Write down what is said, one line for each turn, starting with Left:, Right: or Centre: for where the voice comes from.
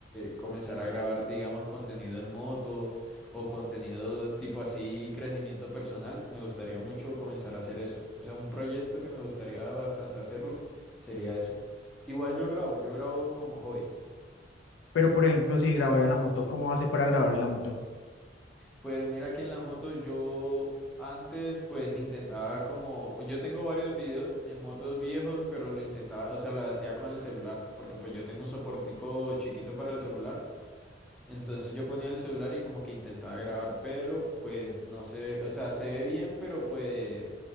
Centre: comenzar a grabar, digamos, contenido en moto o contenido tipo así, crecimiento personal. Me gustaría mucho comenzar a hacer eso. O sea, un proyecto que me gustaría bastante hacerlo sería eso. Igual yo grabo, yo grabo como hobby.
Left: Pero, por ejemplo, si grabar en la moto, ¿cómo hace para grabar en la moto?
Centre: Pues mira que en la moto yo antes pues intentaba como, yo tengo varios videos en motos viejos, pero lo intentaba, o sea, lo hacía con el celular, porque pues yo tengo un soportico chiquito para el celular, entonces yo ponía el celular y como que intentaba grabar, pero pues no se ve, o sea, se ve bien, pero pues